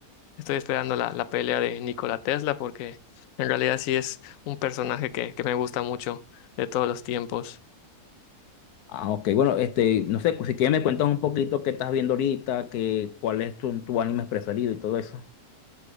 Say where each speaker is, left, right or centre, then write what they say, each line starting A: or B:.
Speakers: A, on the left; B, on the left.
A: Estoy esperando la, la pelea de Nikola Tesla porque en realidad sí es un personaje que, que me gusta mucho de todos los tiempos.
B: Ah, ok, bueno, este, no sé, si quieres me cuentas un poquito qué estás viendo ahorita, qué, cuál es tu, tu anime preferido y todo eso.